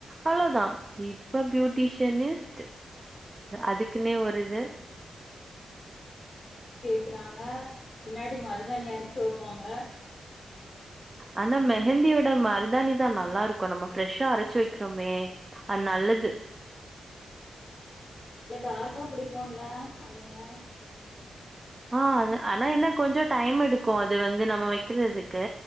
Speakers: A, on the right (about 30°); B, on the left (about 40°).
A: அளோதா
B: ம்
A: இப்ப பியூ டிபனிஸ்ட் அதுக்குன்னே ஒரு இது
B: ஆமா மெஹந்தி வைக்குறாங்க முன்னாடி மரு மருதானி அரைச்சு வைப்பாங்க
A: ஆனா
B: ம்
A: மெஹந்தியோட மரு தாணி தா நல்லாருக்கும் நம்ம பிரஷ்ஷா அரைச்சு வைக்கிறோமே
B: ஆமா
A: அது நல்லது
B: ம் நல்லா டார்க்கா புடிக்கும்ல அதுவும்
A: ஆ அது ஆனா என்ன கொஞ்ச டைம் எடுக்கும் அ அது வந்து நம்ம வைக்குறதுக்கு